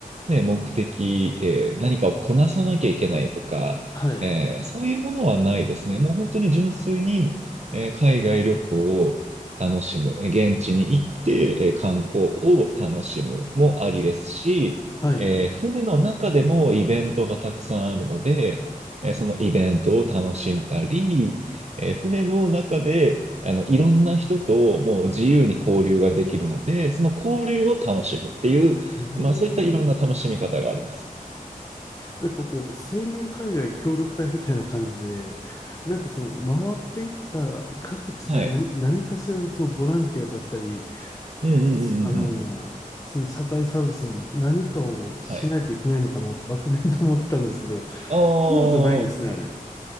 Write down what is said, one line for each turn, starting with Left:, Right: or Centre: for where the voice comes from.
Right: ね、目的、えー何かをこなさなきゃいけないとか、
Left: はい、
Right: えーそういうものはないですね。もう本当に純粋に、えー海外旅行を、楽しむ、え現地に行って、観光を楽しむもありですし、
Left: はい。
Right: えー船の中でもイベントがたくさんあるので、えーそのイベントを楽しんだり、えー船の中であのいろんな人ともう自由に交流ができるので、その交流を楽しむっていう、
Left: えー、
Right: まあそういったいろんな楽しみ方があります。
Left: なんかこう、青年海外協力隊みたいな感じで、なんかその、回っていった各地で何、
Right: はい。
Left: 何かしらのそのボランティアだったり、
Right: うんうんうんうんうん。
Left: すあのー、その社会サービスに何かをしないといけないのかなと漠然と思ってたんですけど、
Right: はい。ああ、
Left: そうじゃないんですね、あれ。